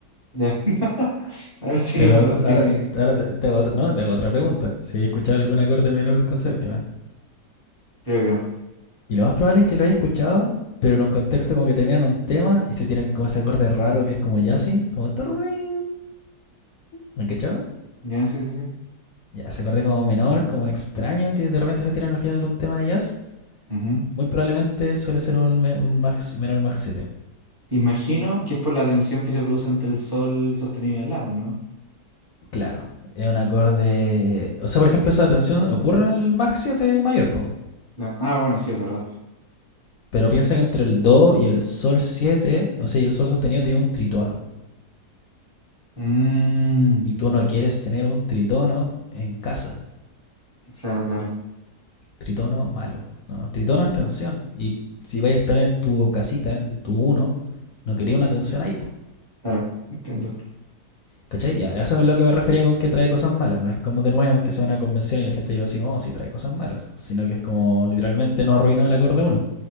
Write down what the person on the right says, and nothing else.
Ya. <laughs> A ver, sí
que era una pregunta
irónica.
Creo que no.
Ya, sí, sí, sí.
Ujú.
Imagino que es por la tensión que se produce entre el sol sostenido y el lápiz, ¿no?
La- Ah, bueno, sí, es verdad.
Mm,
claro, claro,
claro, entiendo.